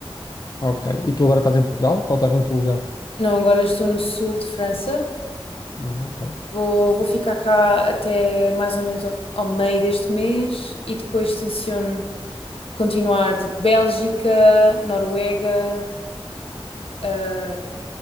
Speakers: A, on the left (about 40°); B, on the left (about 70°).
A: Ok. E tu agora estás em Portugal? Ou estás no teu lugar?
B: Não, agora estou no sul de França.
A: Ah, ok.
B: Vou, vou ficar cá até mais ou menos ao, ao meio deste mês e depois tenciono continuar tipo Bélgica, Noruega. ah,